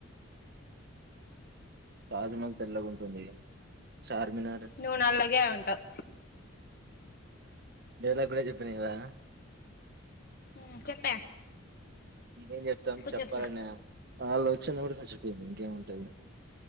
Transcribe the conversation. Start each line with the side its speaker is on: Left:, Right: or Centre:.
Right: తాజమహల్ తెల్లగుంటుంది చార్మినార్
Left: నువ్వు నల్లగే ఉంటావ్
Right: డైలాగ్ గూడ జెప్పినా కదా
Left: ఊమ్ చెప్
Right: ఇంకేం చెప్తాం చెప్పాలండి
Left: చెప్పు
Right: ఆలోచన కూడా చచ్చిపోయింది ఇంకేముంటది